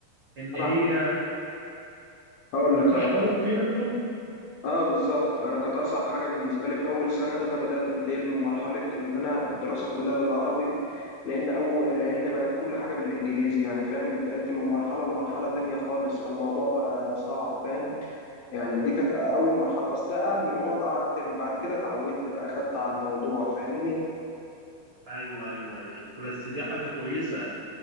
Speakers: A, on the right; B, on the left.
A: إن هي
B: أنا هقول
A: بتحضروا
B: لك هو
A: كتير أنتم؟
B: اه بالظبط انا كانت اصعب حاجه بالنسبه لي في اول سنه ان انا بدات انتقل من مرحله ان انا الدراسه كلها بالعربي لان او لان بقت كل حاجه بالانجليزي يعني فاهم انتقلت من مرحله لمرحله تانية خالص فالموضوع بقى صعب فاهم يعني دي كانت اول مرحله بس ده قعد الموضوع ده قعد ترم بعد كده اتعودت بقى خدت على الموضوع فاهمني
A: ايوه ايوه ايوه بس دي حاجه كويسه